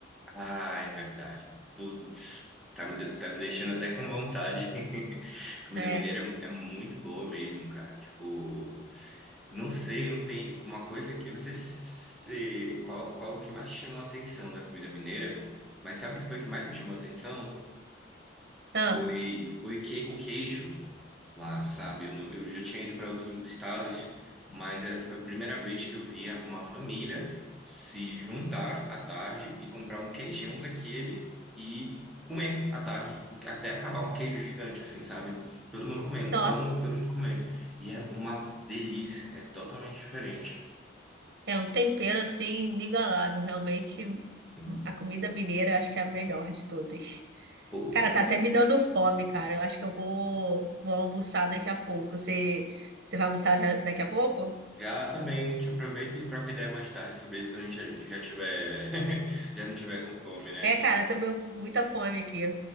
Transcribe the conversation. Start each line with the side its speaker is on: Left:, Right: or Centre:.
Centre: Ah, é verdade. Putz, tá me, de- tá me deixando até com vontade. <laughs> Comida
Right: É.
Centre: mineira é é muito boa mesmo, cara. Tipo. Não sei, não tem uma coisa que eu não sei se, se- qual qual que mais chamou a atenção da comida mineira, mas sabe o que foi que mais me chamou a atenção?
Right: Ah,
Centre: Foi foi que o queijo lá, sabe? Eu, não- eu já tinha ido para outros estados, mas era foi a primeira vez que eu via uma família se juntar à tarde e comprar um queijão daquele e comer à tarde, o- até acabar um queijo gigante assim, sabe? Todo mundo comer, um
Right: nossa,
Centre: pão, todo mundo comendo. E é uma delícia, é totalmente diferente.
Right: é um tempero assim inigualável. Realmente,
Centre: Sim.
Right: a comida mineira eu acho que é a melhor de todas.
Centre: Pô,
Right: Cara, tá até me dando fome, cara. Eu acho que eu vou, vou almoçar daqui a pouco. Você, você vai almoçar já daqui a pouco?
Centre: já também te aproveita e troca ideia mais tarde sobre isso quando a gente já, já tiver, <laughs> já não tiver com fome, né?
Right: É, cara, também muita fome aqui.